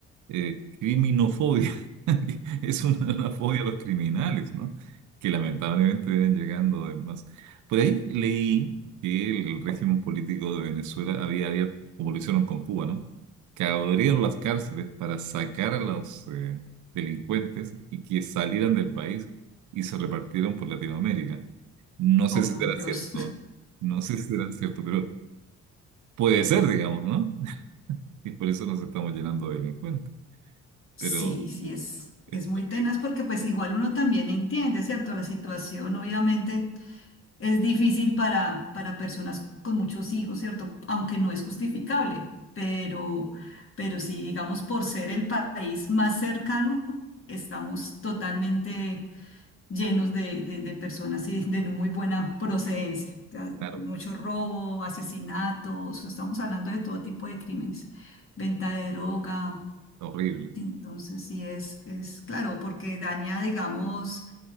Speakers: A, on the right; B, on the left.
A: eh, criminofobia, <laughs> es una, una fobia a los criminales, ¿no? Que lamentablemente vienen llegando además. Por ahí leí que el régimen político de Venezuela había, había, como lo hicieron con Cuba, ¿no? Que abrieron las cárceles para sacar a los eh, delincuentes y que salieran del país y se repartieron por Latinoamérica. No sé
B: Oh,
A: si
B: por
A: será
B: Dios.
A: cierto,
B: <laughs>
A: no sé si será cierto, pero puede ser, digamos, ¿no? <laughs> Y por eso nos estamos llenando de delincuentes.
B: Sí,
A: Pero
B: sí, es,
A: es
B: es muy
A: horrible,
B: tenaz porque pues igual uno también entiende, ¿cierto? La situación obviamente es difícil para, para personas con muchos hijos, ¿cierto? Aunque no es justificable, pero, pero sí, digamos, por ser el país más cercano, estamos totalmente llenos de, de- de personas y de no muy buena procedencia. O sea,
A: claro,
B: mucho robo, asesinatos, estamos hablando de todo tipo de crímenes, venta de droga.
A: horrible,
B: Entonces, sí es, es claro, porque daña, digamos,